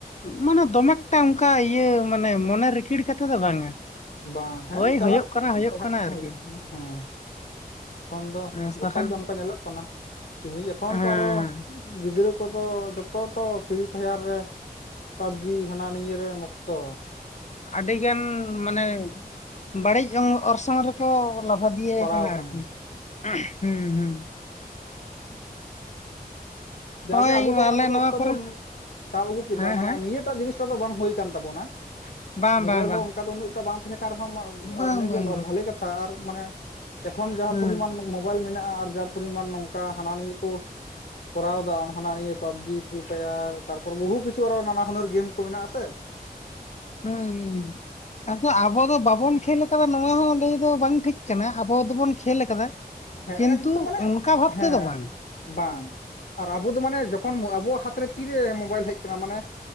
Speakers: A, on the left; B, on the left.
A: ᱢᱟᱱᱮ ᱫᱚᱢᱮ ᱮᱠᱴᱟ ᱚᱝᱠᱟ ᱤᱭᱟᱹ ᱢᱟᱱᱮ ᱢᱚᱱᱮ ᱨᱤᱠᱷᱤᱲ ᱠᱟᱛᱮ ᱫᱚ ᱵᱟᱝᱟ᱾
B: ᱵᱟᱝ ᱦᱮᱸ
A: ᱳᱭ
B: ᱪᱟᱞᱟᱜ
A: ᱦᱳᱭᱳᱜ
B: ᱠᱟᱹᱱᱟᱹᱧ
A: ᱠᱟᱱᱟ ᱦᱳᱭᱳᱜ
B: ᱯᱟᱲᱦᱟᱜ
A: ᱠᱟᱱᱟ
B: ᱠᱚ
A: ᱟᱨᱠᱤ
B: ᱦᱩᱭᱩᱜ ᱠᱟᱱᱟ ᱦᱮᱸ᱾ ᱠᱷᱚᱱ ᱫᱚ
A: ᱟᱸᱥ
B: ᱜᱚᱴᱟ
A: ᱵᱟᱠᱷᱟᱱ
B: ᱡᱚᱢ ᱠᱚ ᱧᱮᱞᱚᱜ ᱠᱟᱱᱟ ᱛᱤᱦᱤᱧ ᱮᱠᱷᱚᱱ
A: ᱦᱮᱸ
B: ᱛᱚ ᱟᱨᱚ ᱜᱤᱫᱽᱨᱟᱹ ᱠᱚᱫᱚ ᱡᱚᱛᱚ ᱛᱚ ᱯᱷᱨᱤ ᱯᱷᱟᱭᱟᱨ ᱨᱮ ᱯᱟᱵᱡᱤ ᱦᱟᱱᱟ ᱱᱤᱭᱟᱹ ᱨᱮ ᱢᱚᱠᱛᱚ᱾
A: ᱟᱹᱰᱤ ᱜᱟᱱ ᱢᱟᱱᱮ ᱵᱟᱹᱲᱤᱡ ᱚᱝ ᱚᱨᱥᱚᱝ ᱨᱮ᱾ ᱠᱚ ᱞᱟᱵᱷᱟ ᱫᱤᱭᱟᱹ
B: ᱯᱟᱲᱟᱣ
A: ᱠᱟᱱᱟ
B: ᱟᱠᱟᱱᱟ
A: ᱟᱨᱠᱤ, ᱦᱩᱸ ᱦᱩᱸ᱾
B: ᱡᱟᱜᱮ
A: ᱦᱳᱭ
B: ᱟᱵᱚ ᱫᱚ ᱚᱱᱟ
A: ᱟᱞᱮ
B: ᱠᱚᱫᱚ
A: ᱱᱚᱣᱟ
B: ᱚᱠᱛᱚ
A: ᱠᱚᱨᱮ
B: ᱵᱚᱱ ᱛᱟᱵ ᱟᱹᱜᱩ ᱠᱮᱫᱟ,
A: ᱦᱮᱸ
B: ᱢᱟᱱᱮ
A: ᱦᱮᱸ
B: ᱱᱤᱭᱟᱹ ᱴᱟᱜ ᱡᱤᱱᱤᱥ ᱴᱟᱜ ᱫᱚ ᱵᱟᱝ ᱦᱩᱭ ᱠᱟᱱ ᱛᱟᱵᱚᱱᱟ᱾
A: ᱵᱟᱝ
B: ᱢᱳᱵᱟᱭᱤᱞ
A: ᱵᱟᱝ ᱵᱟᱝ
B: ᱦᱚᱸ ᱚᱝᱠᱟ ᱫᱚ ᱩᱱᱟᱹᱜ ᱴᱟᱜ ᱵᱟᱝ ᱛᱟᱦᱮᱸ ᱠᱟᱱ ᱨᱮᱦᱚᱸ
A: ᱵᱟᱝ
B: ᱟᱨ ᱤᱱᱟᱹᱜᱮ
A: ᱵᱟᱝ ᱵᱟᱝ
B: ᱵᱷᱟᱞᱮ ᱠᱟᱛᱷᱟ, ᱟᱨ ᱢᱟᱱᱮ ᱮᱠᱷᱚᱱ ᱡᱟᱦᱟ
A: ᱦᱮᱸ
B: ᱯᱚᱨᱤᱢᱟᱱ ᱢᱳᱵᱟᱭᱤᱞ ᱢᱮᱱᱟᱜ-ᱟ ᱟᱨ ᱡᱟ ᱯᱚᱨᱤᱢᱟᱱ ᱱᱚᱝᱠᱟ ᱦᱟᱱᱟ ᱱᱤᱭᱟᱹ ᱠᱚ᱾ ᱠᱚᱨᱟᱣ ᱫᱟ ᱦᱟᱱᱟ ᱱᱤᱭᱟᱹ ᱯᱟᱵᱡᱤ ᱯᱷᱨᱤ ᱯᱷᱟᱭᱟᱨ ᱛᱟᱨᱯᱚᱨ ᱵᱚᱦᱩ ᱠᱤᱪᱷᱩ ᱟᱨᱚ ᱱᱟᱱᱟ ᱦᱩᱱᱟᱹᱨ ᱜᱮᱢ ᱠᱚ ᱢᱮᱱᱟᱜ-ᱟ ᱥᱮ᱾
A: ᱦᱩᱸ ᱦᱩᱸ᱾ ᱟᱫᱚ ᱟᱵᱚ ᱫᱚ ᱵᱟᱵᱚᱱ ᱠᱷᱮᱞ ᱟᱠᱟᱫᱟ ᱱᱚᱣᱟ ᱦᱚᱸ ᱞᱟᱹᱭ ᱫᱚ ᱵᱟᱝ ᱴᱷᱤᱠ ᱠᱟᱱᱟ ᱟᱵᱚ ᱫᱚᱵᱚᱱ ᱠᱷᱮᱞ ᱠᱟᱫᱟ᱾
B: ᱦᱮᱸ
A: ᱠᱤᱱᱛᱩ
B: ᱮᱠᱫᱚᱢ ᱢᱟᱱᱮ
A: ᱚᱱᱠᱟ ᱵᱷᱟᱵ
B: ᱦᱮᱸ
A: ᱛᱮᱫᱚ ᱵᱟᱝ᱾
B: ᱵᱟᱝ ᱟᱨ ᱟᱵᱚ ᱫᱚ ᱢᱟᱱᱮ ᱡᱚᱠᱷᱚᱱ ᱟᱵᱚᱣᱟᱜ ᱦᱟᱛᱨᱮ ᱛᱤᱨᱮ ᱢᱳᱵᱟᱭᱤᱞ ᱦᱮᱡ ᱠᱟᱱᱟ, ᱢᱟᱱᱮ